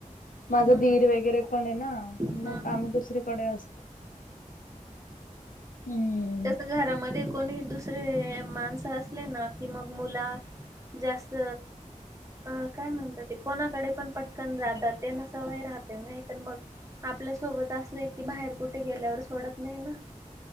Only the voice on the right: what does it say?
हम्म
हम्म
हम्म.
जसं घरामध्ये कोणी दुसरे माणसं असले ना की मग मुला जास्त अ काय म्हणतात ते कोणाकडे पण पटकन जातात त्यांना सवय राहते नाही तर मग आपल्यासोबत असलेय की बाहेर कुठे गेल्यावर सोडत नाही ना?